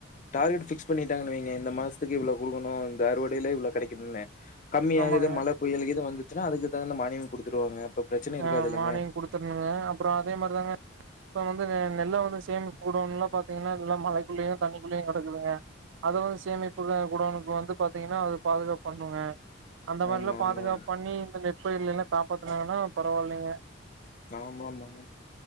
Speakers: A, on the left; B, on the right.
A: டார்கெட் ஃபிக்ஸ் பண்ணி ட்டாங்க வெய்ங்க இந்த மாசத்துக்கு இவ்ளோ குடுக்கணு இந்த அறுவடைல இவ்வளோ கெடைக்குதுனு கம்மியாகுது
B: ஆமாங்க
A: மழை புயல்கீது வந்து ச்சுனா அதுக்கு தகுந்த மானியம் குடுத்துருவாங்க அப்ப பிரச்சனை இருக்காதுல்லங்க.
B: ஆ மானிங் குடுத்துருணுங்க அப்புறோ அதே மாரிதாங்க இப்போ வந்துங்க நெல்ல வந்து சேமிப்பு குடோன்ல பாத்தீங்கன்னா எல்லா மழைக்குள்ளயு தண்ணிக்குள்ளயு கெடக்குதுங்க அதுவந்து சேமிப்புல குடோனுக்கு வந்து பாத்தீங்கன்னா அது பாதுகாப்பு பண்ணுங்க அந்த மாரில்லா
A: ஆமாமா.
B: பாதுகாப் பண்ணி இந்த நெர் பயிர் இல்லைங்ள சாப்புட்றாங்கனா பரவாயில்லங்க
A: ஆமாமாங்க